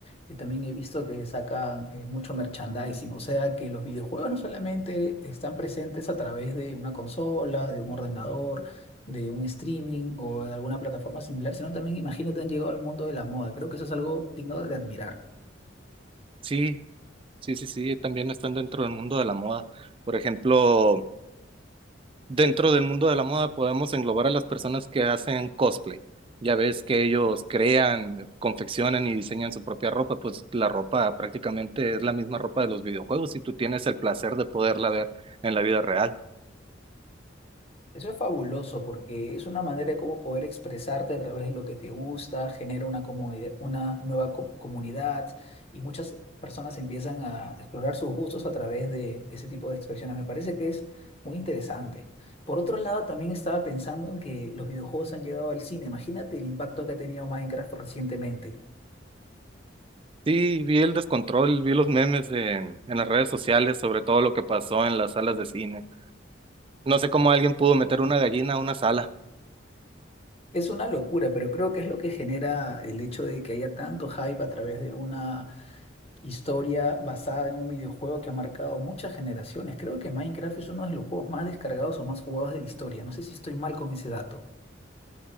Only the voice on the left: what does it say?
Eh, también he visto que sacan eh, mucho merchandising, o sea que los videojuegos no solamente están presentes a través de una consola, de un ordenador, de un streaming o de alguna plataforma similar, sino también imagino que han llegado al mundo de la moda. Creo que eso es algo digno de admirar.
Eso es fabuloso porque es una manera de cómo poder expresarte a través de lo que te gusta, genera una comodidad- una nueva co- comunidad y muchas personas empiezan a explorar sus gustos a través de ese tipo de expresiones. Me parece que es muy interesante. Por otro lado, también estaba pensando en que los videojuegos han llegado al cine. Imagínate el impacto que ha tenido Minecraft recientemente.
Es una locura, pero creo que es lo que genera el hecho de que haya tanto hype a través de una historia basada en un videojuego que ha marcado muchas generaciones. Creo que Minecraft es uno de los juegos más descargados o más jugados de la historia. No sé si estoy mal con ese dato.